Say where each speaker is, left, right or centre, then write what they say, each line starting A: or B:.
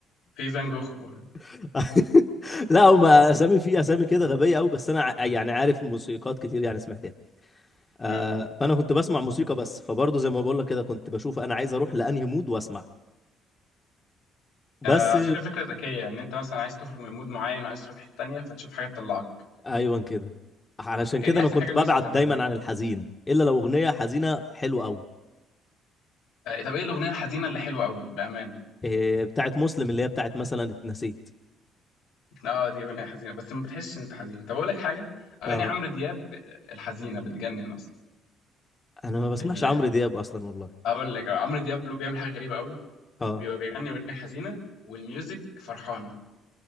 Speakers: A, on the left (about 85°); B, on the left (about 25°).
A: في فان جوخ و-
B: <laughs> لا هم اسامي في اسامي كده غبيه قوي بس انا ع- يعني عارف موسيقات كتير يعني سمعتها آه
A: امم
B: فانا كنت بسمع موسيقى بس فبرضه زي ما بقول لك كده كنت بشوف انا عايز اروح لانهي مود واسمع
A: آه،
B: بس
A: فكرة فكرة ذكية إن أنت مثلا عايز تخرج من مود معين وعايز تروح في حتة تانية فتشوف حاجة تطلعك
B: ايوه كده علشان
A: يعني
B: كده
A: دي
B: انا
A: احسن
B: كنت
A: حاجه الميوزك
B: ببعد
A: بتعملها
B: دايما عن الحزين الا لو اغنيه حزينه حلوه قوي
A: آه، طب ايه الاغنيه الحزينه اللي حلوه قوي بامانه
B: إيه، بتاعت مسلم اللي هي بتاعت مثلا اتنسيت
A: اه دي اغنيه حزينه بس ما بتحسش ان انت حزين طب اقول لك حاجه اغاني
B: اه
A: عمرو دياب آه، الحزينه بتجنن اصلا
B: انا ما بسمعش
A: ال-
B: عمرو دياب اصلا والله
A: اقول لك آه، عمرو دياب له بيعمل حاجه غريبه قوي بيبقى
B: اه
A: بيغني اغنيه حزينه والميوزك فرحانه